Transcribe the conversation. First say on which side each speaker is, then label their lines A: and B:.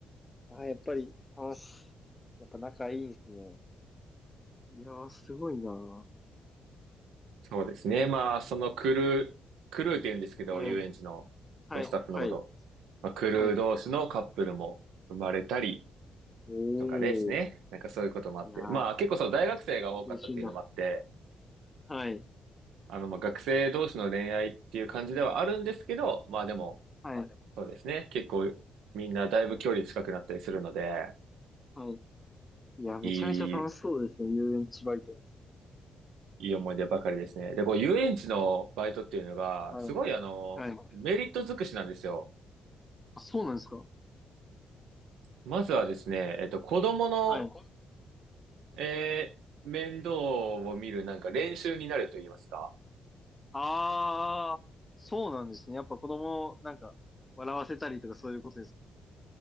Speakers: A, on the left (about 20°); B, on the right (about 75°).
A: あ、やっぱり、あ、すやっぱ仲いいんですね。いやー、すごいな
B: そうですね。まあ、
A: ー。
B: そのクルー、クルーって言うんですけど、
A: はい。
B: 遊園地のそのスタッフのこと。
A: はい。はい。
B: まあ、クルー同士のカップルも生まれたり
A: はい。お
B: とかですね。
A: ー。
B: なんかそういうこともあって。
A: いやー、
B: まあ、結構そう、大学生が多かったっていうのもあって、
A: 青春だ。はい。
B: あの、まあ、学生同士の恋愛っていう感じではあるんですけど、まあでも、
A: はい。
B: そうですね。結構みんなだいぶ距離近くなったりするので、
A: はい。いや、めちゃめちゃ楽しそうですね、
B: いい、
A: 遊園地バイト。
B: いい思い出ばかりですね。で、こう、遊園地のバイトっていうのが、
A: はい。
B: すごいあの、
A: はい。
B: メリット尽くしなんですよ。
A: あ、そうなんですか
B: まずはですね、えっと、子供の、
A: はい。
B: えー面倒を見るなんか練習になると言いますか。
A: ああ、そうなんですね。やっぱ子供をなんか笑わせたりとかそういうことですか